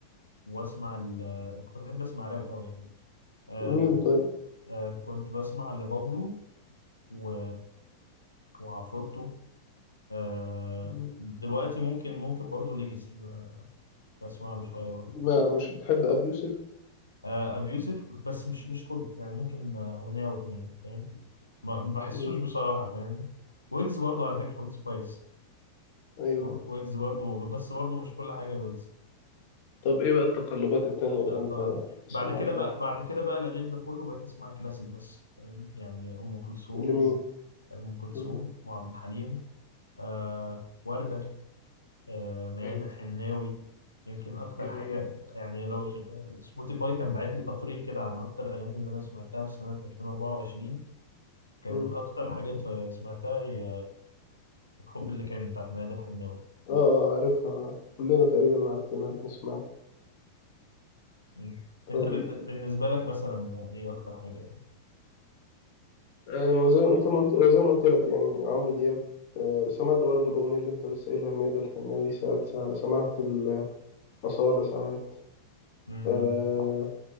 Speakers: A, on the left; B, on the left.
A: واسمع ال... كنت بحب اسمع راب قوي يعني آه
B: مين طيب؟
A: آه كنت بسمع لبابلو و... وعفروتو آه
B: مم.
A: دلوقتي ممكن ممكن برضو ليجاسي بسمع له شويه برضو.
B: ما مش بتحب أبي يوسف؟
A: آه، ابي يوسف بس مش مش كله يعني ممكن آه، اغنيه او اتنين فاهم ما ما بحسوش
B: مم.
A: بصراحه فاهم ويجز برضو على فكره ويجز كويس
B: أيوه
A: و- ويجز برضو بس برضو مش كل حاجه الويجز
B: طب إيه بقى التقلبات التانية اللي
A: ده
B: أنت
A: طبعا
B: سمعتها؟
A: بعد كده بقى بعد كده بقى لغيت ده كله وبقيت اسمع كلاسيك بس فاهم يعني ام كلثوم
B: لمين؟
A: و- ام كلثوم
B: مم.
A: وعبد الحليم آه ورده آه ميادة
B: حلو
A: الحناوي يمكن اكتر
B: جميل
A: حاجه يعني لو ش- سبوتيفاي كان باعت لي تقرير كده عن اكتر الاغاني اللي انا سمعتها في سنه 2024 كانت
B: مم.
A: أكتر حاجة ت- سمعتها هي الحب اللي كان بتاعت ميادة الحناوي
B: آه آه عارفها كلنا تقريبا عارفينها بنسمعها
A: مم. أنت
B: طيب
A: بالن- بالنسبة لك مثلا إيه أكتر حاجة؟
B: أنا زي انت ما قلت- زي ما قلت لك يعني عمرو دياب آه، سمعت برضو الأغنية اللي أنت لسه قايلها الميادة الحناوي ساعات س- سمعت الأصالة ساعات
A: امم
B: آه،